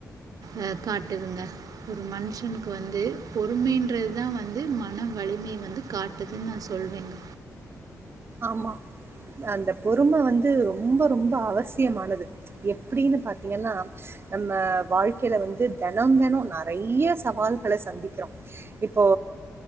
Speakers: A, on the right (about 70°); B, on the right (about 40°).
A: அ காட்டுதுங்க ஒரு மனுஷனுக்கு இப்போ வந்து பொறுமைன்றது தா வந்து மன வலிமை வந்து காட்டுதுன்னு நா சொல்வேங்க
B: ஆமா அந்த பொறும வந்து ரொம்ப ரொம்ப அவசியமானது ம் எப்டின்னு பாத்தீங்கன்னா நம்ம வாழ்க்கையில வந்து தெனம் தெனம் நெறைய சவால்கள சந்திக்கிறோ இப்போ